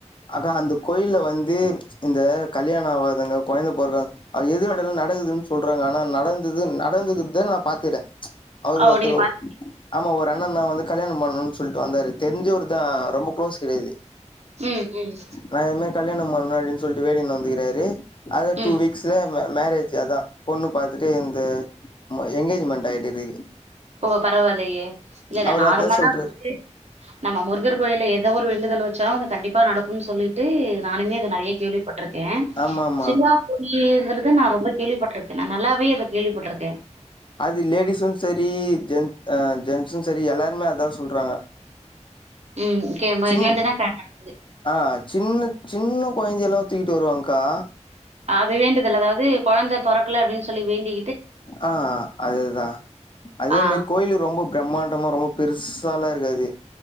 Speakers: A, on the left; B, on the right.
A: அக்கா அந்த கோயில்ல வந்து இந்த கல்யாணோ ஆவாதவங்க கொழந்த பொறக்காத அது எத கேட்டாலு நடக்குதுன் சொல்றாங்க ஆனா நடந்தது நடந்துக்குது நா பாத்துர அவரு
B: ஓ!
A: ஒத்தரு
B: நீங்க பார்த்து
A: ஆமா ஒரு அண்ணன்ன வந்து கல்யாணம் பண்ணணுன் சொல்ட்டு வந்தாரு தெரிஞ்சவரு தா ரொம்ப க்ளோஸ் கெடையாது
B: ம் ம்
A: நா இது மாரி கல்யாணம் பண்ண அப்டின் சொல்லிட்டு வேண்டின் வந்துகிறாரு அத
B: ம்.
A: டூ வீக்ஸ்ல மரேஜ் அதா பொண்ணு பாத்துட்டே இந்த ஆமா எங்கேஜ்மெண்ட் ஆய்டுது
B: ஓ பரவால்லையே இல்லல்ல
A: அவரு
B: நார்மலா
A: அதான் சொல்றாரு.
B: வந்துட்டு நம்ம முருகர் கோயில்ல எதோ ஒரு வேண்டுதல் வச்சாலு அது கண்டிப்பா நடக்குன் சொல்லிட்டு நானுமே அத நறையா கேள்வி பட்ருக்க
A: ஆமாமா.
B: சிலா டிங்கிறது நா ரொம்ப கேள்விப்பட்ருக்க நா நல்லாவே அத கேள்விப்பட்ருக்க
A: அது லேடிஸு சரி ஜென் அ ஜென்ஸு சரி எல்லாருமே அதா சொல்றாங்க
B: ம் கே மகண்டுதா
A: சின்
B: கேக்கனு
A: ஆ சின்ன சின்ன கொழந்தைல்லா தூக்கிட்டு வருவாங்க்கா
B: அது வேண்டதில்ல அதாவது கொழந்த பொறக்கல அப்டின் சொல்லி வேண்டி
A: ஆ அதுதா அதே
B: ஆ
A: மாரி கோயிலு ரொம்ப பிரம்மாண்டமா ரொம்ப பெருசாலா இருக்காது